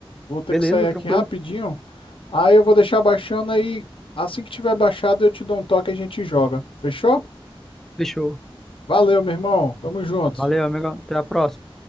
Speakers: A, on the left (about 65°); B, in the centre.
A: Vou ter
B: Beleza,
A: que sair
B: tranquilo.
A: aqui rapidinho. Aí eu vou deixar baixando aí. Assim que tiver baixado, eu te dou um toque e a gente joga. Fechou?
B: Fechou.
A: Valeu, meu irmão. Tamo junto.
B: Valeu, amigo. Até a próxima.